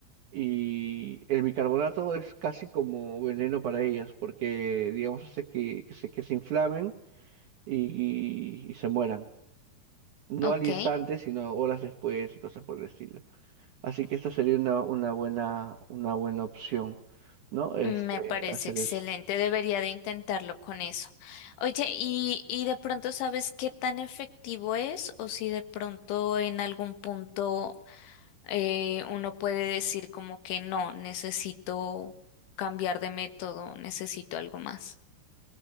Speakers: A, on the right; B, on the left.
A: Y el bicarbonato es casi como veneno para ellas, porque, digamos, hace que, que se, que se inflamen y, y- y se mueran. No
B: Ok.
A: al instante, sino horas después y cosas por el estilo. Así que esta sería una, una buena, una buena opción, ¿no? Este,
B: Me parece
A: hacer
B: excelente,
A: eso.
B: debería de intentarlo con eso. Oye, ¿y, y de pronto sabes qué tan efectivo es o si de pronto en algún punto eh, uno puede decir como que no, necesito cambiar de método, necesito algo más?